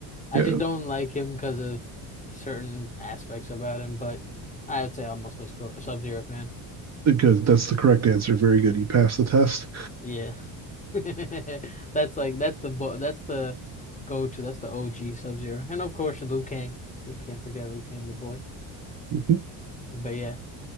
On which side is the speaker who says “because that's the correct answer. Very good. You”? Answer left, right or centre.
Right